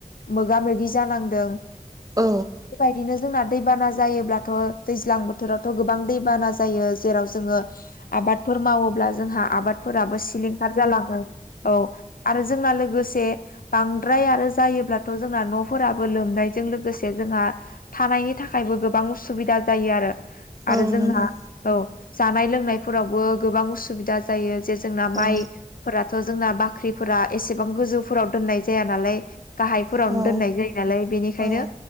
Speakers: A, on the left; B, on the right.
A: मोगा मोगि जानांदों बेबायदिनो
B: औ
A: जोंना दैबाना जायोब्लाथ दैज्लां बोथोरावथ गोबां दैबाना जायो जेराव जोङो आबादफोर मावोब्ला जोंहा आबाद फोराबो सिलिंखार जालाङो औ आरो जोंना लोगोसे बांद्राय आरो जायोब्लाथ जोंना न'फोराबो लोमनायजों लोगोसे जोंहा थानायनि थाखायबो गोबां उसुबिदा जायोआरो आरो
B: औ
A: जोंहा
B: नंगौ
A: औ जानाय लोंनायफोरावबो गोबां उसुबिदा जा जायो जे जोंना माइ
B: औ
A: फोराथ जोंना बाख्रिफोरा एसेबां गोजौफोराव दोननाय जाया नालाय गाहायफोरावनो
B: औ
A: दोननाय जायो नालाय बेनिखायनो
B: औ